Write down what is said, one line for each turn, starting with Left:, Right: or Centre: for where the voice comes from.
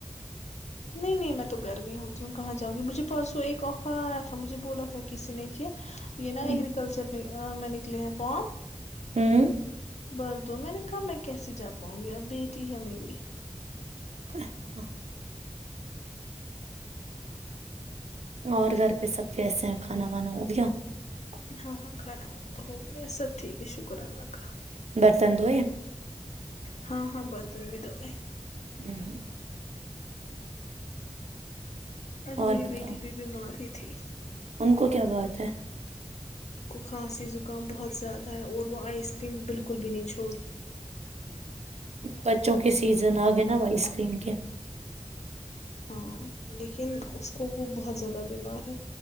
Left: نہیں نہیں میں تو گرمی ہوتی ہوں کہاں جاؤں گی مجھے پرسوں ایک آفر آیا تھا مجھے بولا تھا کسی نے کیا <unintelligible> یہ نا
Right: ہوں
Left: ایگگریکلچر میں <unintelligible> ا میں نکلے ہیں فون <unintelligible>
Right: ہوں <inaudible>
Left: بر دو میں نے کہا میں کیسے جا پاؤں گی اب بیٹی ہے میری <unintelligible>
Right: اچھا <inaudible> اور گھر پہ سب کیسے ہیں کھانا وانا ہو گیا <unintelligible>
Left: ہاں ہاں کھانا وانا تو ہو گیا سب ٹھیک شکر اللہ کا <inaudible>
Right: پسندو ہے <inaudible>
Left: ہاں ہاں برتم بھی دوئے <unintelligible>
Right: ہوں ہوں <inaudible>
Left: ہاں <unintelligible> آج
Right: اور
Left: میری
Right: بتاؤ
Left: بیٹی بھی بیمار ہی تھی
Right: ان کو کیا بات ہے
Left: ان کو کھانسیک <unintelligible> کام بہت زیادہ ہے اور وہ آئس کریم بالکل بھی نہیں چھ <unintelligible>
Right: بچوں کی <inaudible> سیزن آ گئے نا آائس کریم کے <unintelligible>
Left: ہاں لیکن اس کو وہ بہت زیادہ بیمار ہے